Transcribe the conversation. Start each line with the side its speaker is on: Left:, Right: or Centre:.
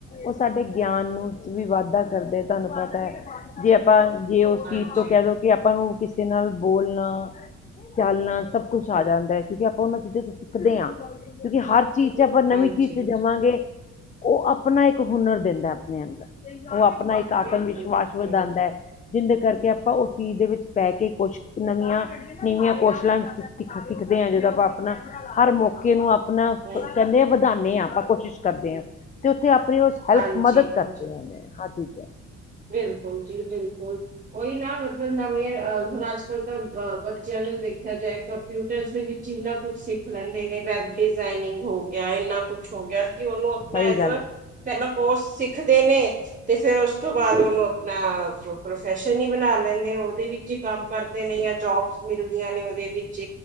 Left: ਉਹ ਸਾਡੇ ਗਿਆਨ ਨੂੰ ਚ ਵੀ ਵਾਧਾ ਕਰਦੇ, ਤੁਹਾਨੂੰ ਪਤਾ ਜੇ ਆਪਾਂ ਜੇ ਉਸ
Right: ਹਾਂਜੀ
Left: ਚੀਜ਼ ਤੋਂ ਕਹਿ ਦੋ ਕਿ ਆਪਾਂ ਨੂੰ ਕਿਸੇ ਨਾਲ ਬੋਲਣਾ ਚਾਲਣਾ ਸਭ ਕੁਛ ਆ ਜਾਂਦਾ ਐ, ਕਿਉਂਕਿ ਆਪਾਂ ਉਹਨਾਂ ਚੀਜ਼ਾਂ ਤੋਂ ਸਿੱਖਦੇ ਆਂ। ਕਿਉਂਕਿ ਹਰ ਚੀਜ਼ ਚ ਆਪਾਂ ਨਵੀਂ
Right: ਹਾਂਜੀ
Left: ਚੀਜ਼
Right: ਹਾਂਜੀ
Left: ਚ ਜਾਵਾਂਗੇ। ਉਹ ਆਪਣਾ ਇੱਕ ਹੁਨਰ ਦਿੰਦਾ ਆਪਣੇ ਅੰਦਰ ਉਹ ਆਪ ਆਪਣਾ ਇੱਕ ਆਤਮ
Right: ਬਿਲਕੁਲ
Left: ਵਿਸ਼ਵਾਸ
Right: ਜੀ
Left: ਵਧਾਉਂਦੈ,
Right: ਹਾਂਜੀ
Left: ਜਿੰਦੇ ਕਰਕੇ ਕਿ ਆਪਾਂ ਉਸ ਚੀਜ਼ ਦੇ ਵਿੱਚ ਪੈ ਕੇ ਕੁਸ਼ ਨਵੀਆਂ ਨੀਵੀਆਂ ਕੋਸ਼ਲਾਂ ਸਿੱਖ ਸਿੱਖਦੇ ਹਾਂ ਜਦੋਂ ਆਪਾਂ ਆਪਣਾ ਹਰ ਮੌਕਾ ਕੇ ਨੂੰ ਆਪਣਾ
Right: ਹਾਂ,
Left: ਕਹਿੰਦੇ ਆ ਵਧਾਉਂਦੇ ਹਾਂ ਆਪਾਂ ਕੋਸ਼ਿਸ਼ ਕਰਦੇ ਹਾਂ, ਤੇ ਉੱਥੇ ਆਪ ਆਪ ਹੈਲਪ
Right: ਹਾਂਜੀ
Left: ਮਦਦ ਕਰਦੇ
Right: ਹਾਂਜੀ
Left: ਹਾਂ ਜੀ।
Right: ਬਿਲਕੁਲ ਜੀ ਬਿਲਕੁਲ ਉਹੀ ਨਾ ਮਤਲਬ ਨਵੇਂ ਅ ਹੁਣ ਅੱਜ ਕੱਲ੍ਹ ਤਾਂ ਬੱਚਿਆਂ ਨੂੰ ਦੇਖਿਆ ਜਾਏ, ਕੰਪਿਊਟਰ ਦੇ ਵਿੱਚ ਇੰਨਾ ਕੁਝ ਸਿੱਖ ਲੈਂਦੇ ਨੇ ਵੈ ਡਿਜ਼ਾਇਨਿੰਗ ਹੋ ਗਿਆ, ਇੰਨਾ ਕੁਛ ਹੋ ਗਿਆ ਤੇ ਉਹਨੂੰ ਆਪਣਾ
Left: ਸਹੀ
Right: ਐਜ
Left: ਗੱਲ ਹੈ
Right: ਪਹਿਲਾਂ ਕੋਰਸ ਸਿੱਖਦੇ ਨੇ ਤੇ ਫੇਿਰ ਉਸ ਉਸ ਤੋਂ ਬਾਅਦ ਉਹਨੂੰ ਆਪਣਾ ਪ੍ਰੋਫੈਸ਼ਨ ਹੀ ਬਣਾ ਲੈਂਦੇ, ਉਹਦੇ ਵਿੱਚ ਹੀ ਕੰਮ ਕਰਦੇ ਨੇ ਜਾਂ ਜੋਬ ਮਿਲਦੀਆਂ ਨੇ ਉਹਦੇ ਵਿੱਚ,